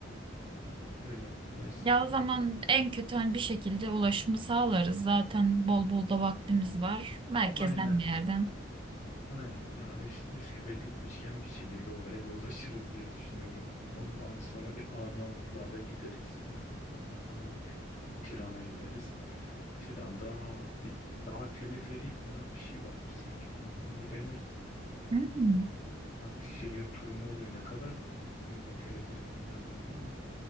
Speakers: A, on the left (about 40°); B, on the right (about 25°).
A: Ee, öyle. Neyse.
B: Ya o zaman en kötü hani bir şekilde ulaşımı sağlarız. Zaten bol bol da vaktimiz var. Merkezden
A: Aynen,
B: bir yerden.
A: aynen. Ya Üs Üsküp'e gitmişken bir şekilde oraya da ulaşırız diye düşünüyorum. Ondan sonra bir Arnavutluğa da gideriz. Yani Ar Arnavutluk Tiran'a gideriz. Tiran'da bir dağ teleferiği falan bir şey varmış sanki. Onu onu bir deneriz ya.
B: Hmm.
A: Artık şehir turu mu oluyor? Ne kadar uzun bu teleferik onu da bilmiyorum da.